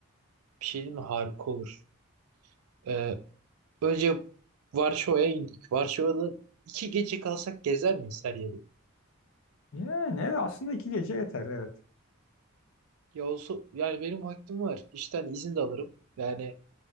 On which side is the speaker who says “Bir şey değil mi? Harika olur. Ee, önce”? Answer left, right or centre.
Right